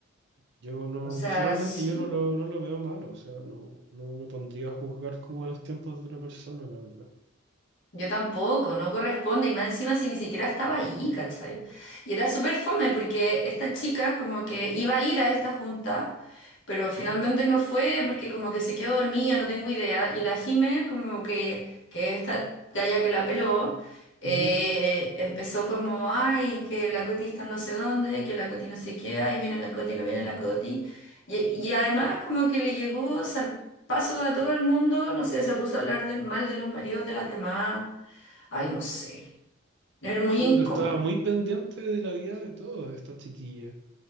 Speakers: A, on the right (about 60°); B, on the left (about 60°).
A: yo no,
B: O sea,
A: personalmente
B: sí.
A: yo no lo, no lo veo malo, o sea, no, no me pondría a juzgar como a los tiempos de otra persona, la verdad.
B: Yo tampoco, no corresponde, y más encima si ni siquiera estaba ahí, ¿cachai? Y era súper fome porque esta chica como que iba a ir a esta junta, pero finalmente
A: Ajá.
B: no fue porque como que se quedó dormida, no tengo idea, y la Jime como que, que esta galla que la peló, eh,
A: Ujú.
B: empezó como, ay, que la Coti está en no sé dónde, que la Coti no sé qué, ay, viene la Coti, no viene la Coti, y, y además como que le llegó paso a todo el mundo, no sé, se puso a hablar del mal de los maridos de las demás. Ay, no sé. Era muy
A: Ay,
B: incómodo.
A: pero estaba muy pendiente de la vida de todos esta chiquilla.